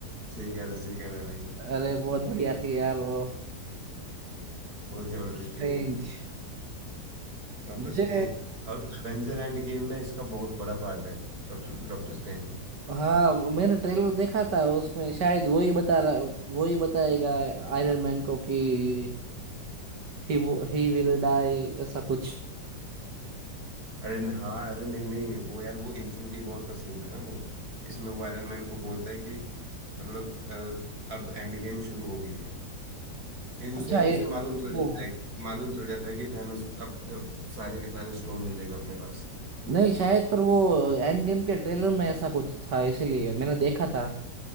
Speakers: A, on the right; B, on the right.
A: सही कह रहे सही कह रहे भाई
B: अरे बहुत
A: सही
B: बढ़िया
A: कह रहे
B: थी यार वो
A: बहुत जबरदस्त
B: स्ट्रेंज
A: थी वो मूवी डॉक्टर
B: मुझे
A: स्ट्रेंज और एवेंजर एंड गेम में इसका बहुत बड़ा पार्ट है डॉक्टर डॉक्टर स्ट्रेंज का
B: हाँ मैंने ट्रेलर देखा था उसमें शायद वो ही बता रहा वो ही बताएगा आयरन मैन को कि ही ही विल डाई ऐसा कुछ
A: अरे न- हाँ अरे नहीं नहीं वो यार वो इन्फिनिटी वॉर का सीन था ना वो जिसमें वो आयरन मैन को बोलता है कि मतलब अ, अब एंड गेम शुरू हो गई है ये
B: अच्छा
A: उसे
B: ये-
A: उसे मालूम चल
B: वो
A: जाता है मालूम चल जाता है कि थैनोस अब, अब सारे के सारे स्टोन ले लेगा अपने पास
B: नहीं शायद पर वो एंड गेम के ट्रेलर में ऐसा कुछ था इसीलिए मैंने देखा था